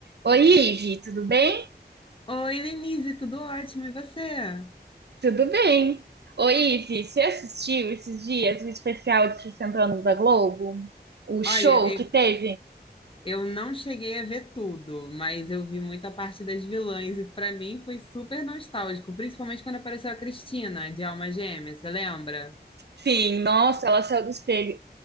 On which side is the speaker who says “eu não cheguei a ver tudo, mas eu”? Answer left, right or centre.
Left